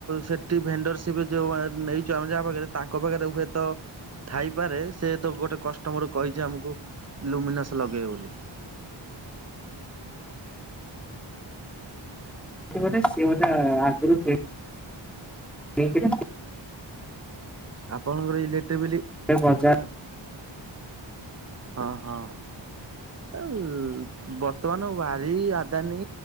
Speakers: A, on the right; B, in the centre.
A: ସେଠି ଭେଣ୍ଡରସିପ ରେ ଯୋଉ ଆ ନେଇଚୁ ଆମେ ଯାହା ପାଖରେ ତାଙ୍କ ପାଖରେ ହୁଏତ ଥାଇପାରେ ସେ ତ ଗୋଟେ କଷ୍ଟମର କହିଚି ଆମକୁ ଲୁମିନେସ ଲଗେଇବେ ବୋଲି।
B: ସେ ଗୋଟେ ସେ ଗୋଟା ଆଗରୁ କି ଏକେରେ
A: ଆପଣଙ୍କର ଇଲେକ୍ଟ୍ରି ବିଲ
B: ସେ ପଞ୍ଚା
A: ହଁ ହଁ। ଆଉ ବର୍ତ୍ତମାନ ୱାରି ଆଦାନୀ